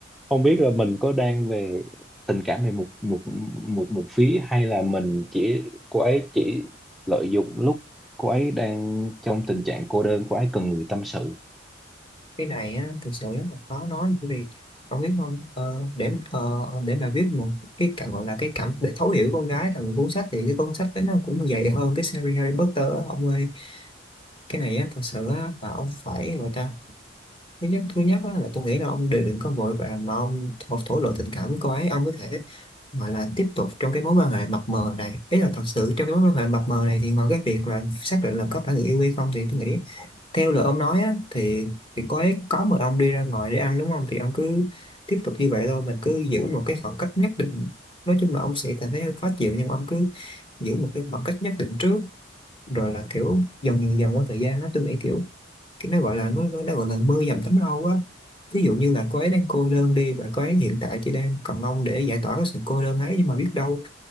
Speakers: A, in the centre; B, on the left.
A: không biết là mình có đang về tình cảm về một một một một phía hay là mình chỉ cô ấy chỉ lợi dụng lúc cô ấy đang trong tình trạng cô đơn cô ấy cần người tâm sự
B: cái này á thực sự rất là khó nói bởi vì ông biết không ờ, để ờ, để mà viết một cái cảm gọi là cái cảm để thấu hiểu con gái thành một cuốn sách thì cái cuốn sách đấy nó cũng dày hơn cái series Harry Potter á ông ơi cái này á thật sự á là ông phải người ta thứ nhất thứ nhất á, là tôi nghĩ là ông đều đừng có vội vàng mà ông thổ thổ lộ tình cảm với cô ấy ông có thể gọi là tiếp tục trong cái mối quan hệ mập mờ này ý là thật sự trong cái mối quan hệ mập mờ này thì ngoài cái việc là xác định là có phải người yêu hay không thì tôi nghĩ theo lời ông nói á, thì thì có ấy, có một ông đi ra ngoài để ăn đúng không thì ông cứ tiếp tục như vậy thôi mình cứ giữ một cái khoảng cách nhất định nói chung là ông sẽ cảm thấy hơi khó chịu nhưng ông cứ giữ một cái khoảng cách nhất định trước rồi là kiểu dần dần dần qua thời gian đó tôi nghĩ kiểu cái nó gọi là nó, nó nó gọi là mưa dầm thấm lâu á ví dụ như là cô ấy đang cô đơn đi và cô ấy hiện tại chỉ đang cần ông để giải tỏa cái sự cô đơn ấy nhưng mà biết đâu